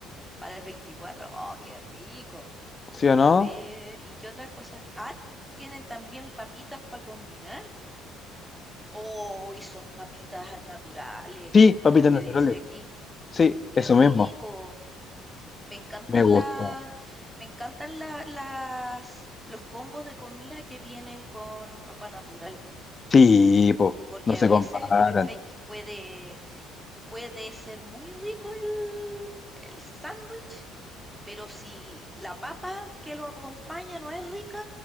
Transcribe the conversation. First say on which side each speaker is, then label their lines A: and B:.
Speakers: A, in the centre; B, on the left (about 30°).
A: para el veinticuatro ¡Oh, qué rico!
B: ¿sí o
A: A
B: no?
A: ver, ¿y qué otra cosa? Ah, tienen también papitas para combinar. ¡Oh, y son papitas naturales!
B: Sí, papitas
A: Por lo que
B: naturales.
A: dice aquí.
B: Sí,
A: ¡Qué
B: eso
A: rico!
B: mismo.
A: Me encantan
B: Me gustó.
A: las, me encantan la- las, los combos de comida que vienen con papa natural.
B: Sí, po.
A: Porque
B: No se
A: a veces,
B: comparan.
A: ¿cachai? Que puede, puede ser muy rico el, el sándwich, pero si la papa que lo acompaña no es rica,